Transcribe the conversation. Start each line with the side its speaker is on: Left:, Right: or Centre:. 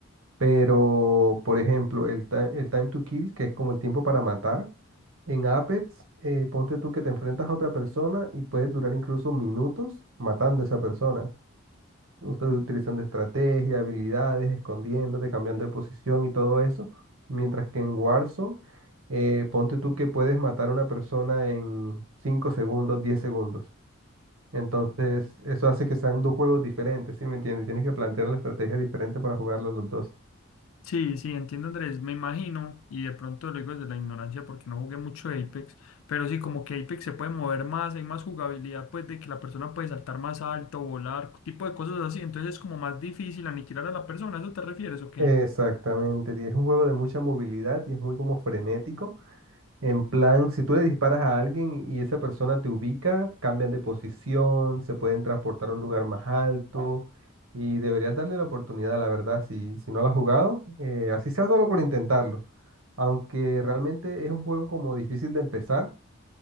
Right: Pero, por ejemplo, el, ti- el time to kill, que es como el tiempo para matar, en Apex, eh, ponte tú que te enfrentas a otra persona y puedes durar incluso minutos matando a esa persona usted utilizando estrategia, habilidades, escondiéndote, cambiando de posición y todo eso. Mientras que en Warzone, eh, ponte tú que puedes matar a una persona en 5 segundos, 10 segundos. Entonces, eso hace que sean dos juegos diferentes, ¿sí me entiendes? Tienes que plantear la estrategia diferente para jugarlos los dos.
Left: Sí, sí, entiendo Andrés, me imagino, y de pronto lo digo desde la ignorancia porque no jugué mucho Apex, pero sí como que Apex se puede mover más, hay más jugabilidad pues de que la persona puede saltar más alto, volar, tipo de cosas así, entonces es como más difícil aniquilar a la persona, ¿a eso te refieres o qué?
Right: Exactamente, y es un juego de mucha movilidad y es muy como frenético. En plan, si tú le disparas a alguien y esa persona te ubica, cambian de posición, se pueden transportar a un lugar más alto y deberías darle la oportunidad, la verdad, si, si no la has jugado, eh, así sea solo por intentarlo. Aunque realmente es un juego como difícil de empezar